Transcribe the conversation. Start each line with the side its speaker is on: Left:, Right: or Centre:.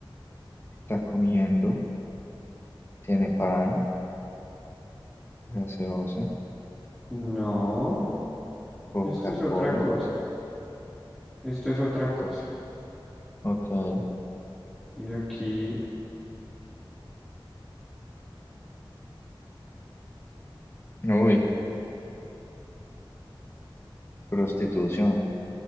Left: Está comiendo. Tiene pan, gaseosa.
Centre: No,
Left: Coca-Cola.
Centre: esto es otra cosa. Esto es otra cosa.
Left: Ok.
Centre: Y aquí
Left: Uy, prostitución.